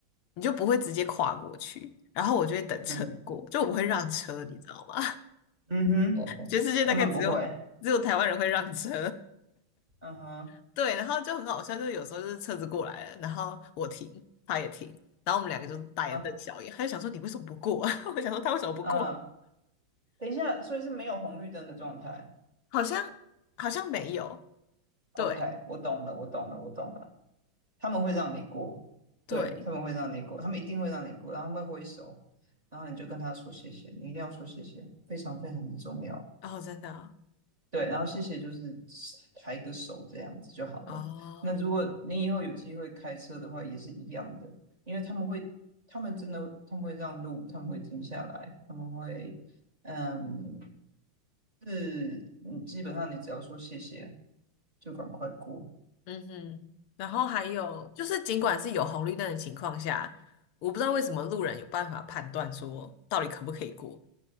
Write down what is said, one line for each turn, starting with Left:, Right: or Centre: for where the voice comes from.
Left: 你就不会直接跨过去，然后我就会等车过，
Right: 嗯
Left: 就我不会让车，你知道吗？
Right: 嗯哼，
Left: 全世界大概只有只有台湾人会让车，
Right: 他们不会。嗯哼，
Left: <laughs> 对，然后就很好笑，就是有时候就是车子过来了，然后我停，他也停，然后我们两个就大眼瞪小眼，
Right: 啊
Left: 他就想说你为什么不过啊？<laughs> 我想说他为什么不过？
Right: 啊，等一下，所以是没有红绿灯的状态。
Left: 好像好像没有，对
Right: OK，我懂了，我懂了，我懂了。他们会让你过，
Left: 对，
Right: 对，他们会让你过，他们一定会让你过，然后他们会挥手，然后你就跟他说谢谢，你一定要说谢谢，非常非常的重要。
Left: 哦，真的啊
Right: 对，然后谢谢就是抬个手这样子就好了。
Left: 哦，
Right: 那如果你以后有机会开车的话，也是一样的，因为他们会，他们真的他们会让路，他们会停下来，他们会，嗯，是，嗯基本上你只要说谢谢，就赶快过。
Left: 嗯哼，然后还有就是，尽管是有红绿灯的情况下，我不知道为什么路人有办法判断说到底可不可以过，